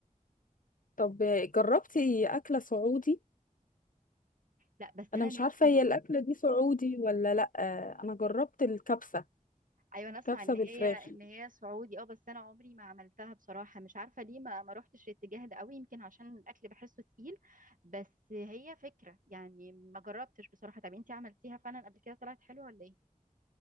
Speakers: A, on the left; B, on the right.
A: طب آه، جربتي اكلة سعودي
B: لا بس
A: انا
B: انا
A: مش
B: نفسي
A: عارفة هي
B: بقى
A: الاكلة دي سعودي ولا لا آه، انا جربت الكبسة
B: ايوه انا اسمع
A: كبسة
B: ان
A: بالفراخ
B: هي ان هي سعودي اه بس انا عمري ما عملتها بصراحه مش عارفه ليه ما ما روحتش الاتجاه ده قوي يمكن عشان الاكل بحسه تقيل بس هي فكره يعني ما جربتش بصراحه طب انتي عملتيها فعلا قبل كده طلعت حلوه ولا ايه